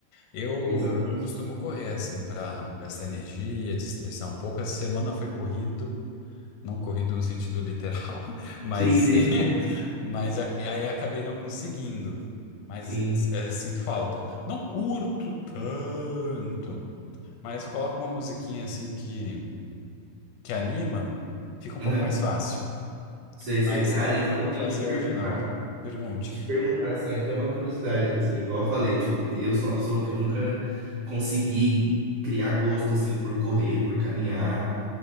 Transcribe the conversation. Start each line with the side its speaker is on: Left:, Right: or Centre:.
Left: Eu
Right: Exatamente.
Left: costumo correr, assim, para gastar energia, desestressar um pouco. Essa semana foi corrido, não corrido no sentido literal, <laughs> mas,
Right: Sim, sim.
Left: <laughs> mas a- aí acabei não conseguindo. Mas
Right: <laughs> Sim.
Left: é, sinto falta. Não curto tanto, mas coloco uma musiquinha assim que que anima, fica
Right: Aham.
Left: um pouco mais fácil.
Right: Sei, sei.
Left: Mas
Right: Cara,
Left: não é
Right: e
Left: o
Right: tipo
Left: que eu
Right: assim,
Left: vou fazer
Right: te perguntar.
Left: hoje, não. Pergunte.
Right: Te perguntar, assim, até uma curiosidade, assim, igual eu falei, tipo, eu sou uma pessoa que eu nunca consegui criar gosto, assim, por correr, por caminhar.